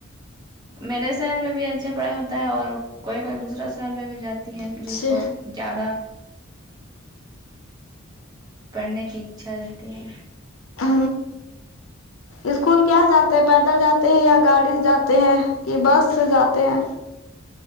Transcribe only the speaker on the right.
میرے شہر میں بھی اچھے پڑھائی ہوتا ہے اور کوئی کوئی دوسرا شہر میں بھی جاتی ہے
جس کو زیادہ پڑھنے کی اچھا رہتی ہے